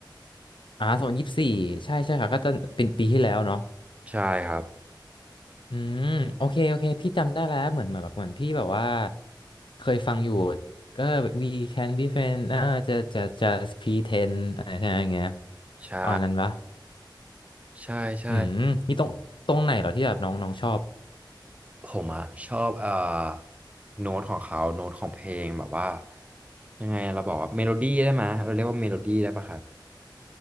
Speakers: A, on the left; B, on the right.
A: อ่าสองพันยี่สิบสี่ใช่ใช่ค่ะก็จะเป็นปีที่แล้วเนาะ
B: ใช่ครับ
A: อืมโอเคโอเคพี่จำได้แล้วเหมือนเหมือนแบบเหมือนพี่แบบว่าเคยฟังอยู่ก็ we can be friends อ่าจะจะจะ pretend อะไรอย่างเงี้ย
B: ใช่
A: อันนั้นปะ
B: ใช่ใช่
A: อืมมีตรงตรงไหนเหรอที่แบบน้องน้องชอบ
B: ผมอะชอบเอ่อโน้ตของเขาโน้ตของเพลงแบบว่ายังไงเราบอกว่าเมโลดี้ได้ไหมยเราเรียกว่าเมโลดี้ได้ปะครับ